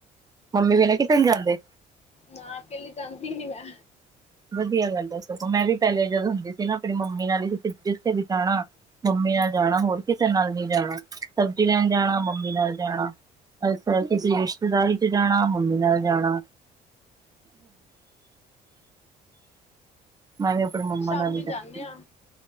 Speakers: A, on the right; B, on the left.
A: ਮੰਮੀ ਬਿਨਾ ਕਿਤੇੇ ਨੀ ਜਾਂਦੇ
B: ਨਾ, ਕਲੀ ਜਾਂਦੀ ਨ ਮੈਂ
A: ਵਧੀਆ ਗੱਲ ਏ ਸਗੋ, ਮੈਂ ਵੀ ਪਹਿਲੇ ਜਦੋਂ ਹੁੰਦੀ ਸੀ ਨਾ ਆਪਣੀ ਮੰਮੀ ਨਾਲ ਹੀ ਜਿੱਥੇ ਵੀ ਜਾਣਾ ਮੰਮੀ ਨਾਲ ਜਾਣਾ ਹੋਰ ਕਿਸੇ ਨਾਲ ਨਹੀਂੀ ਜਾਣਾ, ਸਬਜ਼ੀ ਲੈਣ ਜਾਣਾ ਮੰਮੀ ਨਾਲ ਜਾਣਾ ਅਛਾ, ਕਿਸੇ ਰਿਸ਼ਤੇਦਾਰੀ ਚ ਜਾਣਾ ਮੰਮੀ ਨਾਲ ਜਾਣਾ <unintelligible> ਮੈਂ ਵੀ ਆਪਣੀ ਮੰਮੀ ਨਾਲ
B: ਸ਼ਾਮੀ
A: ਹੀ
B: ਜਾਂਨੇ
A: ਜਾਣਾ।
B: ਆ,